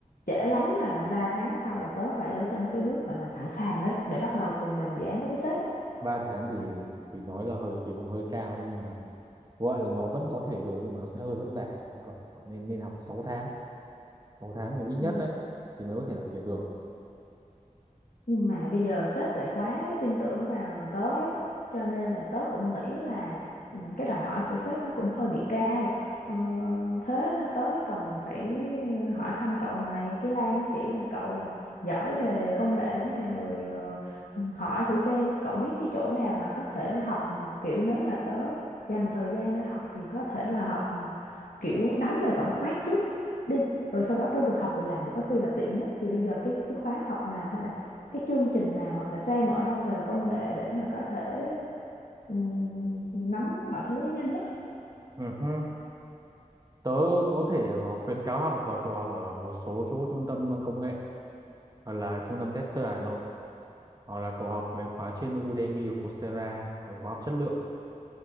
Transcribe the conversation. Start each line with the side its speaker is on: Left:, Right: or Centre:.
Left: trễ lắm là 3 tháng sau là tớ phải ở trong cái bước gọi là sẵn sàng ấy để bắt đầu cùng làm dự án với sếp
Right: ba tháng thì thì nói là hơi kỳ vọng hơi cao đấy nhưng mà gọi là nó vẫn có thể được nhưng mà nó sẽ hơi vất vả của cậu cậu nên nên học sáu tháng 6 tháng thì ít nhất
Left: ấy
Right: đấy thì mới có thể làm việc được
Left: nhưng mà bây giờ sếp lại quá tin tưởng vào tớ ấy cho nên là tớ cũng nghĩ là ừ, cái đòi hỏi của sếp nó cũng hơi bị cao ờ, thế nên tớ mới cần phải hỏi thăm cậu này cái Lan nó chỉ là cậu là giỏi về công nghệ lắm này rồi ờ, hỏi thử xem cậu biết cái chỗ nào mà có thể học kiểu nếu mà tớ dành thời gian để học thì có thể là học kiểu nắm về tổng quát trước đi rồi sau đó tớ vừa học vừa làm thì có khi là tiện nhất thì bây giờ cái cái khóa học nào hay là cái chương trình nào hoặc là xem ở đâu về công nghệ để mà có thể ừm, nắm mọi thứ nó nhanh nhất ấy.
Right: ừ. hứ. tớ có thể khuyến cáo học và cậu học ở một số chỗ trung tâm công nghệ hoặc là trung tâm tester Hà Nội hoặc là cậu học mấy khóa trên Udemy hoặc Coursera mấy khóa học chất lượng